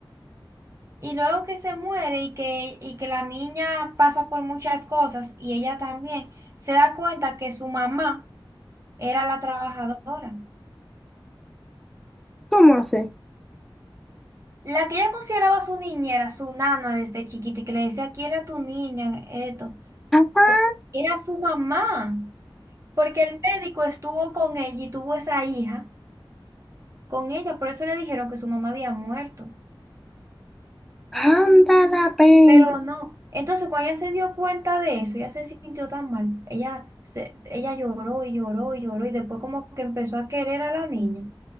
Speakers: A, on the right; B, in the centre.
A: Y luego que se muere y que, y que la niña pasa por muchas cosas y ella también se da cuenta que su mamá era la trabajadora.
B: ¿Cómo así?
A: La que ella consideraba su niñera, su nana desde chiquita y que le decía, aquí era tu niña, esto,
B: Ajá.
A: po- era su mamá. Porque el médico estuvo con ella y tuvo esa hija. con ella, por eso le dijeron que su mamá había muerto,
B: Anda la pena.
A: pero no. Entonces, cuando ella se dio cuenta de eso, ella se sintió tan mal. Ella, se, ella lloró y lloró y lloró y después como que empezó a querer a la niña.